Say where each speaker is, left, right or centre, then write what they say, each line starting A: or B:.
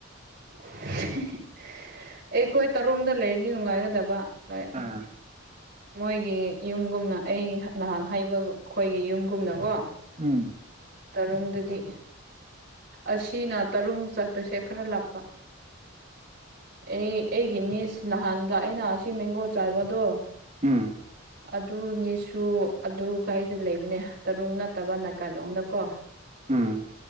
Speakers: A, on the right; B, on the right.
A: <inaudible> ꯑꯦꯈꯣꯏ ꯇꯔꯨꯗ ꯂꯩꯔꯤꯗꯤ ꯅꯨꯡꯉꯥꯏꯒꯗꯕꯣꯏ
B: ꯑꯥ
A: ꯃꯣꯏꯒꯤ ꯌꯨꯝꯒꯨꯝꯅ ꯑꯩ ꯅꯍꯥꯟ ꯍꯩꯕ ꯑꯩꯈꯣꯏꯒꯤ ꯌꯨꯝꯒꯨꯝꯅꯀꯣ
B: ꯎꯝ
A: ꯇꯔꯨꯨꯝꯗꯗꯤ ꯑꯁꯤꯅ ꯇꯔꯨ ꯆꯠꯄꯁꯦ ꯈꯔ ꯂꯥꯞꯄ ꯑꯩ ꯑꯩꯒꯤ ꯅꯤꯁ ꯅꯍꯥꯟ ꯂꯥꯛꯑꯦꯅ ꯁꯤ ꯃꯦꯡꯒꯣ ꯆꯥꯏꯕꯗꯣ
B: ꯎꯝ
A: ꯑꯗꯨꯅꯦꯁꯨ ꯑꯗꯨ ꯒꯥꯔꯤꯗ ꯂꯩꯕꯅꯦ ꯇꯔꯨ ꯅꯠꯇꯕ ꯅꯥꯏꯀꯥꯏꯂꯣꯡꯗꯀꯣ
B: ꯎꯝ